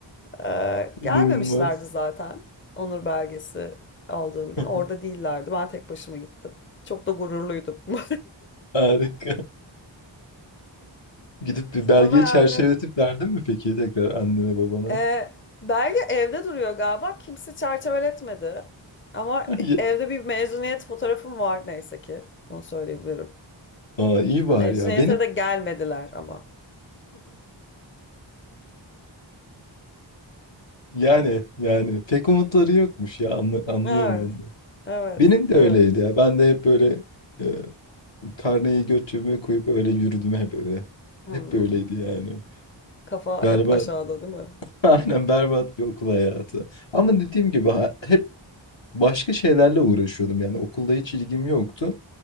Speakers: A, on the left; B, on the left.
A: Ee,
B: İnanılmaz.
A: gelmemişlerdi zaten onur belgesi aldığım gün.
B: <laughs>
A: Orada değillerdi. Ben tek başıma gittim. Çok da gururluydum. <laughs>
B: Harika. Gidip bir belgeyi
A: Ama yani
B: çerçeveletip verdin mi peki tekrar annene babana?
A: e, belge evde duruyor galiba. Kimse çerçeveletmedi. Ama
B: <laughs> Ay,
A: evde bir mezuniyet fotoğrafım var neyse ki. Onu söyleyebilirim.
B: Aa, iyi var
A: Mezuniyete
B: ya. Benim
A: de gelmediler ama.
B: yani yani pek umutları yokmuş ya anlı- anlıyorum
A: Evet.
B: onu.
A: Evet.
B: Benim de
A: Evet.
B: öyleydi ya. Ben de hep böyle e, karneyi göt cebime koyup öyle yürüdüm hep eve.
A: Hmm.
B: Hep böyleydi yani.
A: Kafa
B: Berbat.
A: hep aşağıda değil mi?
B: <laughs> Aynen berbat bir okul hayatı. Ama dediğim gibi ha- hep başka şeylerle uğraşıyordum. Yani okulda hiç ilgim yoktu.